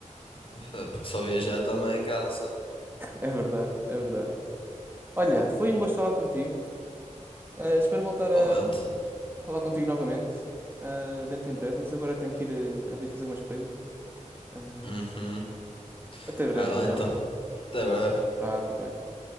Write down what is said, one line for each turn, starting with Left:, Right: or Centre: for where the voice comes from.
Left: é porque só viajar também cansa.
Right: É verdade, é verdade. Olha, foi um gosto falar contigo. Ah, espero voltar
Left: Igualmente.
Right: a falar contigo novamente, ah, dentro em breve, mas agora tenho que ir ah, ali fazer umas coisas. Ah,
Left: Uhum.
Right: até breve,
Left: Vai lá
Right: então.
Left: então. Até breve.
Right: Pá, fico bem.